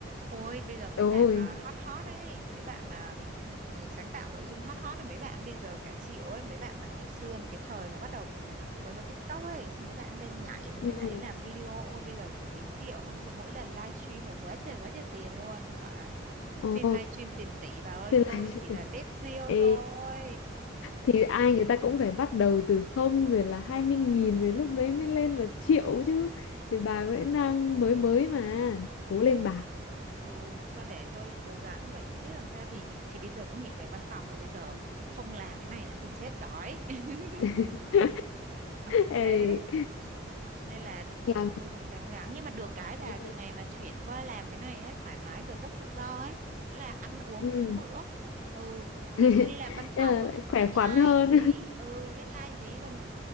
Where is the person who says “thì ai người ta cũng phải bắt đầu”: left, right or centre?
Left